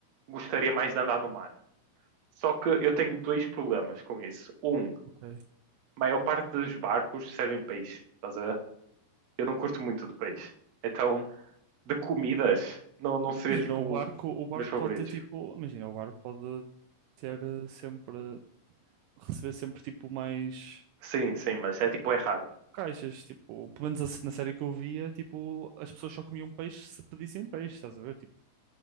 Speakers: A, on the right (about 65°); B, on the right (about 85°).
A: gostaria mais de andar no mar. Só que eu tenho dois problemas com isso. Um, a
B: Ok.
A: maior parte dos barcos servem peixe, estás a ver? Eu não curto muito de peixe. Então, De comidas, não, não seria
B: Imagina,
A: tipo
B: o barco, o barco
A: meus favoritos.
B: pode ter tipo. Imagina, o barco pode ter eh, sempre. Receber sempre tipo mais
A: Sim, sim, mas é tipo, é raro.
B: caixas. Tipo, pelo menos a se- na série que eu via, tipo, as pessoas só comiam peixe se pedissem peixe, estás a ver? Tipo,